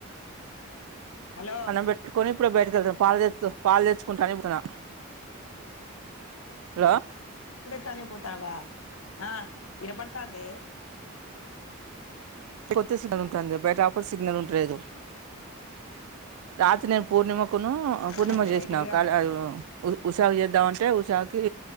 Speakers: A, on the left (about 80°); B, on the right (about 85°).
A: హలో
B: అన్నం పెట్టుకొని ఇప్పుడు బయటక వెళ్తును పాలు తె పాలు తెచ్చుకుంటనికి పోయినా హలో
A: తని పోతావా ఆ వినపడుతందె
B: కొత్త సిగ్నల్ ఉంటుంది బయట ఆపర్ సిగ్నల్ ఉంటలేదు రాత్రి నే పూర్ణిమకును పూర్ణిమ
A: మరి
B: చేసిన
A: బయటికి రా
B: కాల్ ఉషాగ చేద్దాం తే ఉషాకి